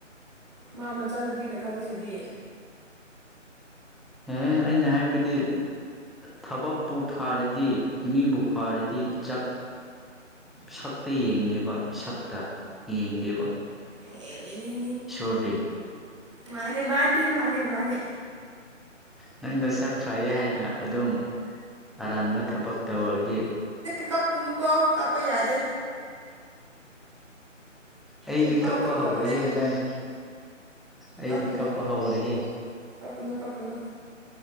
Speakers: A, on the right (about 25°); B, in the centre.
A: ꯃꯥ ꯃꯆꯥꯅꯨꯄꯤꯅ ꯈꯜꯂꯤꯁꯤꯗꯤ
B: ꯑꯦ ꯑꯩꯅ ꯍꯥꯏꯕꯗꯤ ꯊꯕꯛꯄꯨ ꯐꯔꯗꯤ ꯃꯤꯕꯨ ꯐꯔꯗꯤ ꯆꯛ ꯁꯛꯇ ꯌꯦꯡꯗꯦꯕ ꯁꯛꯇ ꯌꯦꯡꯗꯦꯕ
A: ꯍꯦꯅꯦꯅꯦ
B: ꯏꯁꯣꯔꯗꯤ
A: ꯃꯥꯅꯦ ꯃꯥꯅꯦ ꯃꯥꯅꯦ ꯃꯥꯅꯦ
B: ꯅꯪ ꯅꯁꯥꯛ ꯐꯩꯌꯦ ꯍꯥꯏ ꯅ ꯑꯗꯨꯝ ꯑꯔꯥꯟꯕ ꯊꯕꯛ ꯇꯧꯔꯗꯤ
A: ꯀꯞꯀꯅꯨ ꯀꯞꯄ ꯌꯥꯗꯦ
B: ꯑꯩꯗꯤ
A: ꯅꯨꯄꯥ
B: ꯀꯞꯄ
A: ꯊꯣꯛꯇꯕꯅꯦ
B: ꯍꯧꯔꯦꯍꯦ ꯅꯪ ꯑꯩꯗꯤ
A: ꯀꯞꯀꯅꯨ
B: ꯀꯞꯄ ꯍꯧꯔꯦꯍꯦ
A: ꯀꯞꯀꯅꯨ ꯀꯞꯀꯅꯨ